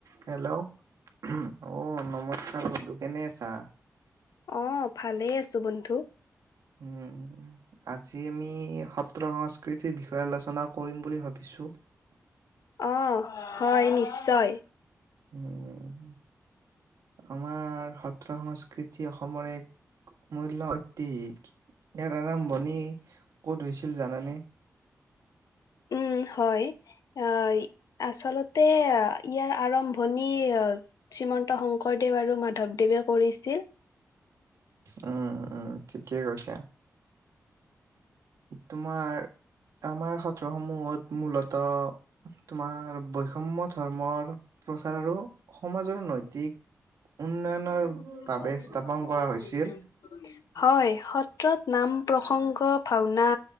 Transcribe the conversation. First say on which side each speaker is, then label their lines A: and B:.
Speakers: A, on the right (about 75°); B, on the left (about 80°).
A: Hello hello অ নমস্কাৰ বন্ধু কেনে আছা?
B: অ' ভালেই আছো বন্ধু।
A: উম, আজি আমি স ত্ৰ। সংকৃতিৰ বিষয়ে আলোচনা কৰি বুলি ভাবি ভাবিছোঁ।
B: অ' হয় নিশ্চয়।
A: উম, আমাৰ সত্ৰ সংস্কৃতি অসমৰ এক আমূল্য ঐতিহ ইয়াৰ আৰম্ভণি ক'ত হৈছিল জানানে?
B: উম, হয় অহ আচলতে ইয়াৰ আৰম্ভণি। শ্ৰীমন্ত শংকৰদেৱ আৰু মাধৱদেৱে কৰিছিল।
A: উম, উম, ঠিকেই কৈছে। তোমাৰ আমাৰ সত্ৰসমূহত মূলত তোমাৰ বৈষম্য ধৰ্মৰ
B: হয়।
A: প্ৰচাৰ আৰু সমাজৰ নৈতিক উন্নয়নৰ বাবে স্থাপন কৰা হৈছিল।
B: সত্ৰত নাম প্ৰসংগ ভাওনা